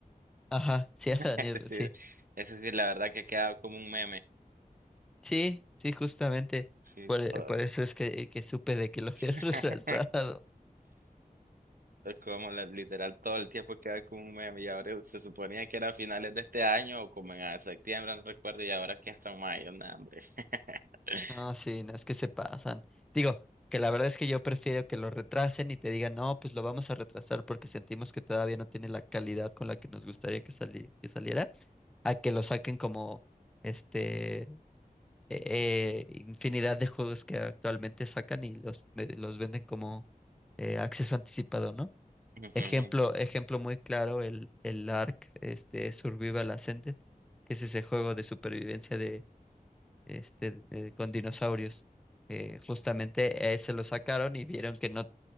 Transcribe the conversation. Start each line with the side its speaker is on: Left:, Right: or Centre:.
Centre: Ajá, sí, <laughs> Daniel,
Right: Ese sí,
Centre: sí.
Right: ese sí, la verdad que queda como un meme.
Centre: Sí, sí, justamente.
Right: Sí,
Centre: Por,
Right: todo.
Centre: por eso es que, que supe de que lo
Right: <laughs>
Centre: habían <laughs> retrasado.
Right: Como la- literal todo el tiempo queda como un meme. Y ahora se suponía que era a finales de este año o como en ah, septiembre, no recuerdo, y ahora que hasta mayo, no, hombre. <laughs>
Centre: No, sí, no es que se pasan. Digo, que la verdad es que yo prefiero que lo retrasen y te digan, no, pues lo vamos a retrasar porque sentimos que todavía no tiene la calidad con la que nos gustaría que sali- que saliera, a que lo saquen como este eh, eh, infinidad de juegos que actualmente sacan y los, ve- los venden como eh, acceso anticipado, ¿no?
Right: Ujú,
Centre: Ejemplo, ejemplo muy claro, el, el Ark, este, Survival Ascended, que es ese juego de supervivencia de, este, de- con dinosaurios. Eh,
Right: ujú.
Centre: justamente ese lo sacaron y vieron que no